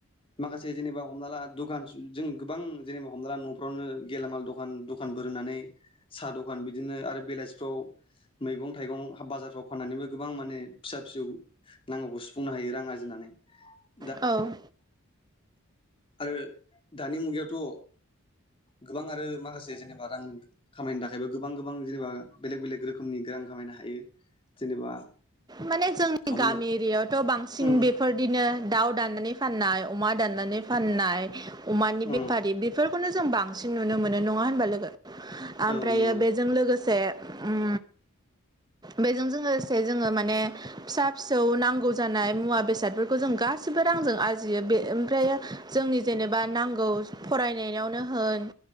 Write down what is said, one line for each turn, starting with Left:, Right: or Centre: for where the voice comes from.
Left: माखासे जेनेबा हमना ला दुखान जों गोबां जेनेबा हमना ला न'फ्रावनो गेलामाल दखान दखानफोर होनानै साहा दखान बिदिनो आरो बेलासिफ्राव मैगं थाइगं बाजारफ्राव फाननानैबो गोबां माने फिसा फिसौ नांगौखौ सुफुंनो हायो रां आरजिनानै। नै
Right: औ
Left: आरो दानि मुगायावथ' गोबां आरो माखासे जेनेबा रां खामायनो थाखायबा गोबां गोबां जेनेबा बेलेग बेलेग रोखोमनि रां खामायनो हायो जेनेबा
Right: माने जोंनि
Left: हमना
Right: गामि एरियायावथ' बांसिन
Left: उम
Right: बेफोरबायदिनो दाउ दान्नानै फाननाय अमा दाननानै फाननाय अमानि
Left: उम
Right: बेफारि बेफोर खौनो जों बांसिन नुनो मोनो नङा होनबा लोगो? ओमफ्रायो
Left: औ नंगौ
Right: बेजों लोगोसे ओम बेजों जों लोगोसे जोङो मा माने फिसा फिसौ नांगौ जानाय मुवा बेसादफोरखौ जों गासिबो रांजों आरजियो बे ओमफ्राय यो‌ जोंनि जेनेबा नांगौ फरायनायावनो होन